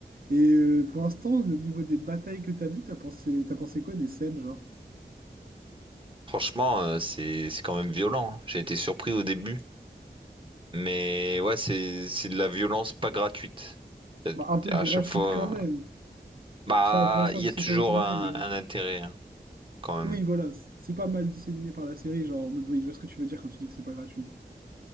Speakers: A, on the right (about 55°); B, on the right (about 30°).
A: Et euh, pour l'instant, au niveau des batailles que tu as vues, tu as pensé, t'as pensé quoi des scènes, genre?
B: Franchement, euh, c'est c'est quand même violent. hein. J'ai été surpris au début. Mais ouais, c'est c'est de la violence pas gratuite. Y a-
A: Bah, un peu gratuites
B: À chaque fois,
A: quand même.
B: euh, bah,
A: Enfin, pour l'instant,
B: il y
A: je
B: a
A: sais
B: toujours
A: pas où t'en
B: un,
A: es, mais...
B: un intérêt hein, quand même.
A: Oui, voilà, c'est pas mal disséminé par la série, genre en mode, oui, je vois ce que tu veux dire quand tu dis que c'est pas gratuit.